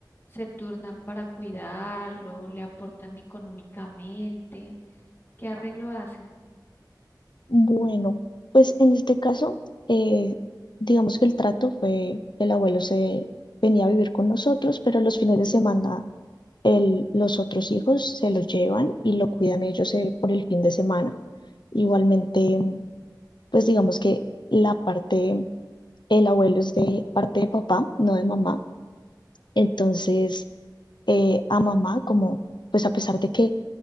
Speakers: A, on the left; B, on the left.
A: se turnan para cuidarlo, le aportan económicamente. ¿Qué arreglo hacen?
B: Bueno, pues en este caso, eh, digamos que el trato fue, el abuelo se venía a vivir con nosotros, pero los fines de semana el- los otros hijos se los llevan y lo cuidan ellos eh, por el fin de semana. Igualmente, pues digamos que la parte, el abuelo es de parte de papá, no de mamá. Entonces, eh, a mamá, como, pues a pesar de que